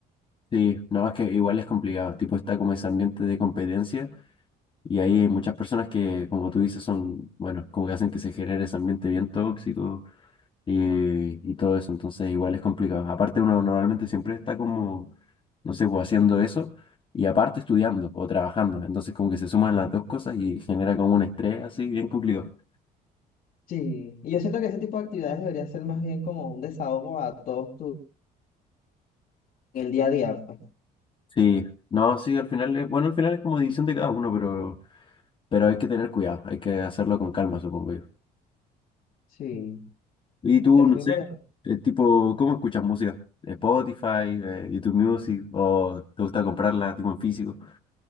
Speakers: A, on the left (about 30°); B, on the left (about 55°).
A: Sí, nada más que igual es complicado, tipo está como ese ambiente de competencia y ahí hay muchas personas que como tú dices son, bueno, como que hacen que se genere ese ambiente bien tóxico eh, y todo eso. Entonces igual es complicado. Aparte uno normalmente siempre está como, no sé, pues haciendo eso y aparte estudiando o trabajando. Entonces como que se suman las dos cosas y genera como un estrés así bien complicado.
B: Sí, y yo siento que ese tipo de actividades debería ser más bien como un desahogo a todos tu, en el día a día, pues.
A: Sí, no, sí, al final es, bueno, al final es como división de cada uno, pero, pero hay que tener cuidado, hay que hacerlo con calma, supongo yo.
B: Sí,
A: Y tú,
B: es
A: no
B: que
A: sé,
B: por ejemplo,
A: eh, tipo, ¿cómo escuchas música? Spotify, eh, YouTube Music, o te gusta comprarla tipo en físico.